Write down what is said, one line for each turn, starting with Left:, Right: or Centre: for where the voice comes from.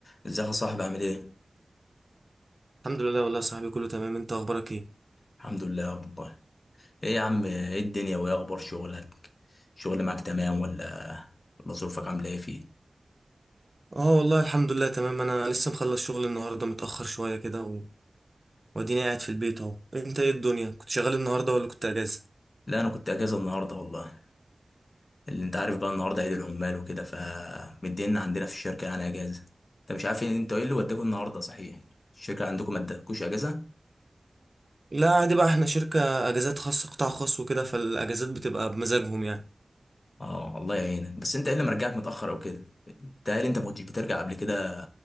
Left: ازيك يا صاحبي عامل ايه؟
Right: الحمد لله والله يا صاحبي كله تمام انت اخبارك ايه
Left: الحمد لله والله ايه يا عم ايه الدنيا وايه اخبار شغلك؟ شغل معاك تمام ولا ولا ظروفك عامله ايه فيه؟
Right: اه والله الحمد لله تمام انا لسه مخلص شغل النهارده متاخر شويه كده و... واديني قاعد في البيت اهو انت ايه الدنيا كنت شغال النهارده ولا كنت اجازه
Left: لا انا كنت اجازه النهارده والله اللي انت عارف بقى النهارده عيد العمال وكده فمدينا عندنا في الشركه يعني اجازه انت مش عارف إيه- انت ايه اللي وداكوا النهارده صحيح؟ الشركه عندكم ما ادتكوش اجازه؟
Right: لا عادي بقى احنا شركه اجازات خاصه قطاع خاص وكده فالاجازات بتبقى بمزاجهم يعني
Left: اه الله يعينك بس انت ايه اللي مرجعك متاخر او كده؟ بتهيألي انت ما كنتش بترجع قبل كده